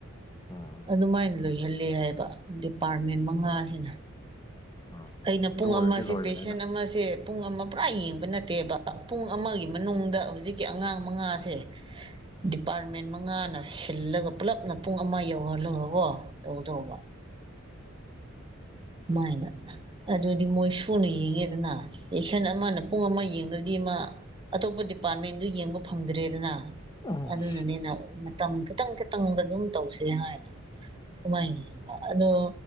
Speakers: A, on the left; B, on the right.
A: ꯎꯝ
B: ꯑꯗꯨꯃꯥꯏꯟ ꯂꯣꯏꯍꯜꯂꯦ ꯍꯥꯏꯕ ꯗꯤꯄꯥꯔꯠꯃꯦꯟ ꯃꯉꯥꯁꯤꯅ
A: ꯑꯗꯨ
B: ꯑꯩꯅ ꯄꯨꯡ
A: ꯑꯣꯏꯔꯗꯤ
B: ꯑꯃꯁꯦ
A: ꯂꯣꯏꯒꯅꯤꯗ
B: ꯄꯦꯁꯦꯟ ꯑꯃꯁꯦ ꯄꯨꯡ ꯑꯃ ꯄꯨꯔꯥ ꯌꯦꯡꯕ ꯅꯠꯇꯦꯕ ꯄꯨꯡ ꯑꯃꯒꯤ ꯃꯅꯨꯡꯗ
A: ꯎꯝ
B: ꯍꯧꯖꯤꯛꯀꯤ ꯑꯉꯥꯡ ꯃꯉꯥꯁꯦ ꯗꯤꯄꯥꯔꯠꯃꯦꯟ ꯃꯉꯥꯅ ꯁꯤꯜꯂꯒ ꯄꯨꯂꯞꯅ ꯄꯨꯡ ꯑꯃ ꯌꯧꯍꯜꯂꯒꯀꯣ ꯇꯧꯗꯧꯕ ꯃꯥꯏꯅ ꯑꯗꯨꯗꯤ ꯃꯣꯏ ꯁꯨꯅ ꯌꯦꯡꯉꯦꯗꯅ ꯄꯦꯁꯦꯟ ꯑꯃꯅ ꯄꯨꯡ ꯑꯃ ꯌꯦꯡ ꯔꯥꯗꯤ ꯃꯥ ꯑꯇꯣꯞꯄ ꯗꯤꯄꯥꯔꯠꯃꯦꯟꯗꯨ ꯌꯦꯡꯕ ꯐꯪꯗ꯭ꯔꯦꯗꯅ
A: ꯎꯝ
B: ꯑꯗꯨꯅꯅꯤꯅ ꯃꯇꯝ ꯈꯤꯇꯪ ꯈꯤ ꯇꯪꯗ ꯑꯗꯨꯝ ꯇꯧꯁꯤ ꯍꯥꯏꯅ ꯁꯨꯃꯥꯏꯅ ꯌꯦꯡꯕ ꯑꯗꯣ